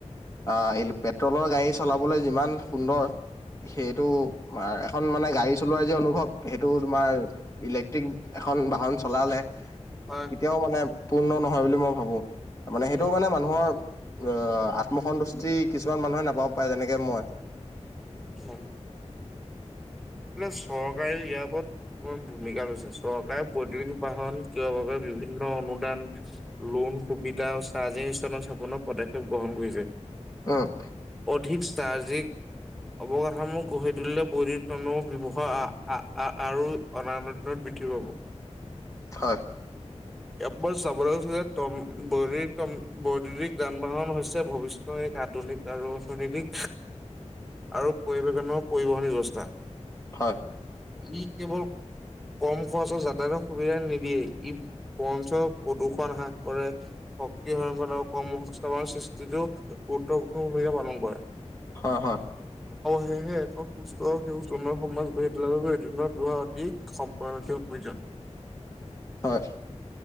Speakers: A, on the left; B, in the centre.
A: আহ এই পেট্ৰলৰ গাড়ী চলাবলৈ যিমান সুন্দৰ সেইটো- এখন মানে গাড়ী চলোৱাৰ যে অনুভৱ সেইটো তোমাৰ- ইলেক্ট্ৰিক এখন বাহন চলালে-
B: হয়
A: এতিয়াও মানে পূৰ্ণ নহয় বুলি মই ভাবো মানে সেইটোও
B: উম
A: মানে মানুহৰ আহ আত্ম- সন্তুষ্টি কিছুমান মানুহে নাপাব পাৰে যেনেকে মই।
B: হয়, এয়া চৰকাৰে ইয়াৰ ওপৰত অকমান ভূমিকা লৈছে চৰকাৰে বৈদ্যুতিক বাহন- ক বাবে বিভিন্ন অনুদান লোন সুবিধা- চাৰ্জিং ইষ্টান স্থাপনৰ পদক্ষেপ গ্ৰহণ কৰিছে।
A: অঁ'
B: অধিক চাৰজিক অৱগতসমূহ গঢ়ি তুলিলে বৈধিক- তনো ব্যৱহাৰ আ আ আৰু অনাৰত্ন বৃদ্ধি পাব।
A: হয়,
B: এয়াতব চাবলৈ গৈছিল যে তম বৰিৰিক যান বাহন- ভৱিষ্যতৰ এক আধুনিক আৰু অৰ্থনৈতিক- আৰু পৰিবতনৰ পৰিবহন ব্যৱস্থা।
A: হয়,
B: ই কেৱল- কম খৰচত যাতায়তৰ সুবিধা নিদিয়েই ই বঞ্চ প্ৰদূষন হ্ৰাস কৰে। শক্তি সয়ংক কৰ্ম সংস্থাপনৰ সৃষ্টিটো গুৰুত্বপূৰ্ণ ভূমিকা পালন কৰে।
A: হয় হয়,
B: হে হে একক পুষ্ট সেউজ- যনৰ সমাজ গঢ়ি তোলাৰ বাবে এইটোদিনত যোৱা অতি সম্পৰকীয় প্ৰয়োজন।
A: হয়,